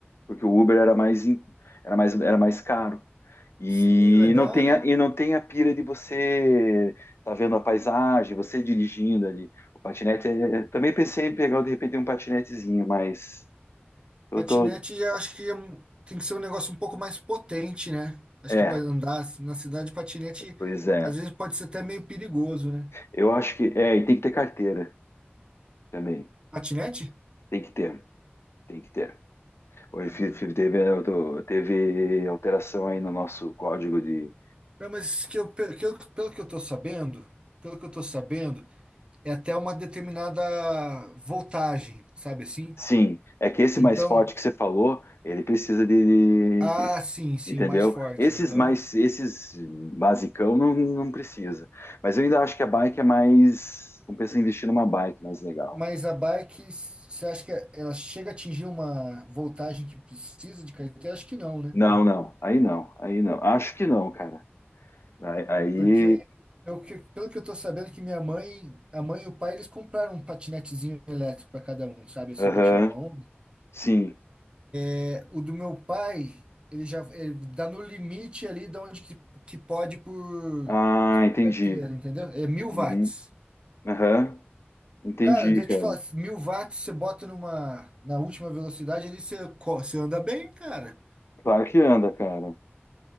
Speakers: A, on the left; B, on the right.
A: porque o Uber era mais, em- era mais, era mais caro. E
B: Sim, legal,
A: não tem
B: né?
A: a, e não tem a pira de você tá vendo a paisagem, você dirigindo ali. O patinete, é- também pensei em pegar de repente um patinetezinho, mas eu
B: Patinete,
A: tô,
B: eu acho que é um- tem que ser um negócio um pouco mais potente, né? Acho
A: é,
B: que para andar na cidade, patinete
A: pois é.
B: às vezes pode ser até meio perigoso, né?
A: Eu acho que é, e tem que ter carteira também.
B: Patinete?
A: Tem que ter, tem que ter. Hoje fi- fi- teve, eu teve alteração aí no nosso código de.
B: Não, mas que eu, pe- que eu- pelo que eu tô sabendo, pelo que eu tô sabendo, é até uma determinada voltagem, sabe assim?
A: Sim, é que esse
B: Então,
A: mais forte que você falou, ele precisa de,
B: ah,
A: de- que-
B: sim, sim,
A: entendeu?
B: o mais forte,
A: Esses
B: aham.
A: mais, esses basicão não, não precisa. Mas eu ainda acho que a bike é mais. Compensa investir numa bike mais legal.
B: Mas a bike, você acha que ela chega a atingir uma voltagem que precisa de carteira? Acho que não, né?
A: Não, não, aí não, aí não. Acho que não, cara. Aí, aí,
B: Porque eu, que- pelo que eu tô sabendo que minha mãe, a mãe e o pai, eles compraram um patinetezinho elétrico para cada um, sabe assim,
A: aham,
B: para tirar uma onda.
A: sim.
B: É, O do meu pai, ele já ele dá no limite ali de onde que, que pode por
A: Ah, entendi.
B: carteira, entendeu? É mil
A: Uhum,
B: watts.
A: Aham, entendi,
B: Cara, deixa
A: cara.
B: eu te falar, mil watts você bota numa, na última velocidade ali, você, co- você anda bem, cara.
A: Claro que anda, cara.